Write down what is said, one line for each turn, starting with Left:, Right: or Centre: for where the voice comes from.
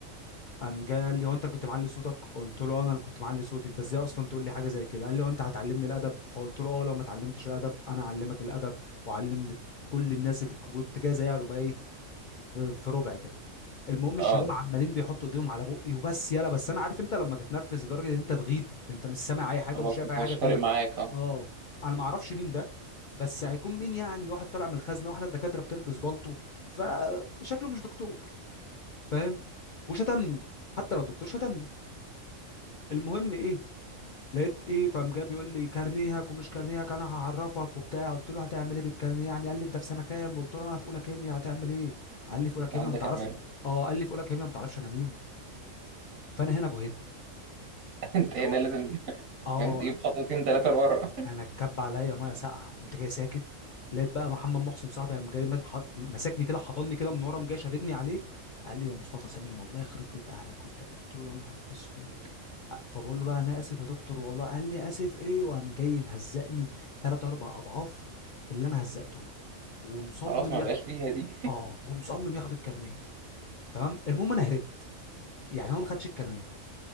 Left: قام جاي قال لي هو انت اللي كنت معلي صوتك قلت له "آه، انا اللي كنت معلي صوتي انت ازاي اصلا تقول لي حاجه زي كده قال لي هو انت هتعلمني الادب فقلت له اه لو ما اتعلمتش الادب انا اعلمك الادب واعلم لكل الناس اللي كنت جاي زيها بقى ايه في في ربع كده المهم الشباب
Right: اه
Left: عمالين بيحطوا ايديهم على بقي وبس يلا بس انا عارف انت لما تتنرفز لدرجه ان انت تغيب انت مش سامع اي حاجه
Right: خلاص
Left: ومش شايف
Right: انت
Left: اي حاجه
Right: مش
Left: غيره
Right: فارق معاك اه
Left: اه انا ما اعرفش مين ده بس هيكون مين يعني واحد طالع من الخزنه واحنا الدكاتره بتلبس بالطو فشكله مش دكتور فاهم وشتمني حتى لو الدكتور شتمني المهم ايه لقيت ايه فقام جاي بيقول لي كارنيهك ومش كارنيهك انا هعرفك وبتاع قلت له هتعمل ايه بالكارنيه يعني قال لي انت في سنه كام قلت له انا في اولى كيمياء هتعمل ايه قال لي في اولى
Right: انت
Left: كيمياء
Right: عندك
Left: ما تعرفش
Right: اعمله
Left: اه قال لي في اولى كيمياء ما تعرفش انا مين فانا هنا بهت
Right: <laughs> انت
Left: اللي
Right: هنا
Left: هو كده.
Right: لازم <laughs>
Left: اه
Right: فاهم تجيب خطوتين ثلاثه لورا
Left: انا اتكب عليا ميه ساقعه قمت جاي ساكت لقيت بقى محمد محسن صاحبي قام جاي ماسح- حط- مسكني كده حضني كده من ورا قام جاي شاددني عليه قال لي ده مصطفى سالم الله يخرب بيت اهلك وبتاع قلت له يا نهار اسود أ- فبقول له بقى انا اسف يا دكتور والله قال لي اسف ايه وقام جاي مهزقني ثلاث اربع اضعاف اللي انا هزقته له ومصمم
Right: <laughs> خلاص ما
Left: ياخد
Right: بقاش فيها دي
Left: اه
Right: <laughs>
Left: ومصمم ياخد الكارنيه تمام المهم انا هربت يعني هو ما خدش الكارنيه